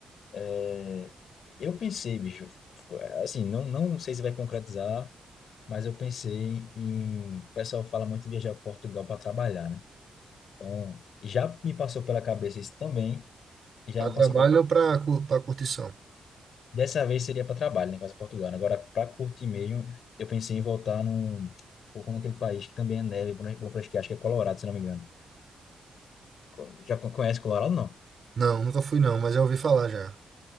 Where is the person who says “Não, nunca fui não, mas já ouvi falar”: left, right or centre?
Right